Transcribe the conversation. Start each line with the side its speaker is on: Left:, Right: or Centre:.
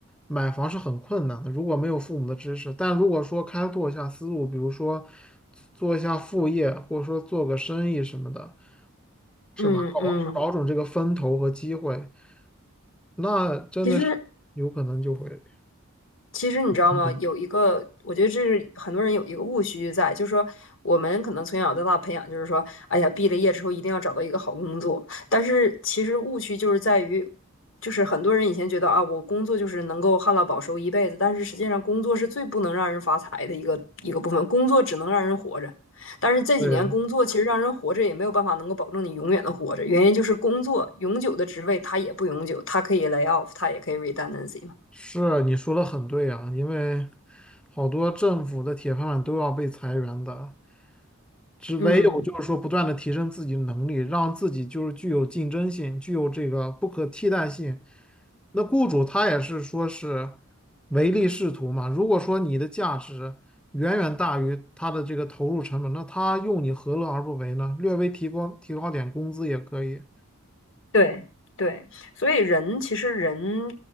Centre: 买房是很困难的，如果没有父母的支持。但如果说开拓一下思路，比如说做一下副业，或者说做个生意什么的。是吧？
Left: 嗯嗯
Centre: 搞找准这个风头和机会，那真的是有可能就会，
Left: 其实其实你知道吗？
Centre: 嗯
Left: 有一个，我觉得这是很多人有一个误区在，就是说我们可能从小到大培养，就是说，哎呀，毕了业之后一定要找到一个好工作。但是其实误区就是在于，就是很多人以前觉得啊，我工作就是能够旱涝保收一辈子，但是实际上工作是最不能让人发财的一个一个部分，工作只能让人活着。但是这几年工作其实让人活着也没有办法能够保证你永远的活着，
Centre: 对，
Left: 原因就是工作永久的职位它也不永久，它可以 lay off，它也可以 redundancy 嘛。
Centre: 是啊你说的很对啊，因为好多政府的铁饭碗都要被裁员的，只唯有就是说不断的提升自己的能力，
Left: 嗯。
Centre: 让自己就是具有竞争性，具有这个不可替代性。那雇主他也是说是唯利是图嘛。如果说你的价值远远大于他的这个投入成本，那他用你何乐而不为呢？略微提高提高点工资也可以。
Left: 对对，所以人其实人